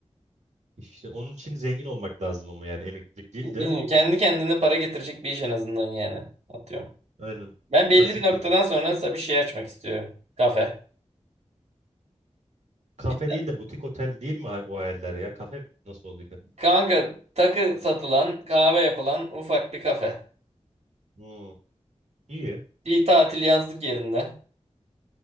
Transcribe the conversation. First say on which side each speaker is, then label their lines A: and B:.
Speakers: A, on the right; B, on the right.
A: İşte onun için zengin olmak lazım ama yani emeklilik değil
B: Bilmiyorum.
A: de
B: Kendi kendine para getirecek bir iş en azından yani. Atıyorum.
A: aynen
B: Ben belli
A: pasif
B: bir noktadan
A: gelir.
B: sonra mesela bir şey açmak istiyorum. Kafe.
A: Kafe
B: Bir,
A: değil de butik otel değil mi ha- o hayaller ya? Kafe mi? Nasıl oluyor?
B: kanka takı satılan, kahve yapılan ufak bir kafe.
A: Hmm, iyi.
B: Bir tatil yazlık yerinde.